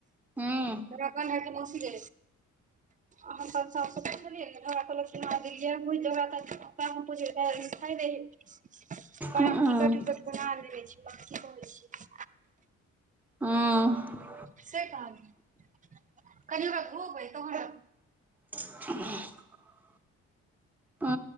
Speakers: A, in the centre; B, on the right (about 25°).
A: हँ
B: त रकनढइ क बसी दे अहाँ ता कहल घ प्पा हम पूइ दे <inaudible> पर
A: हँ
B: आब टिकट उकट बना लेने छै की कहै छै
A: हँ
B: से कह कनि ओकरा धोबै तहन र
A: ह ह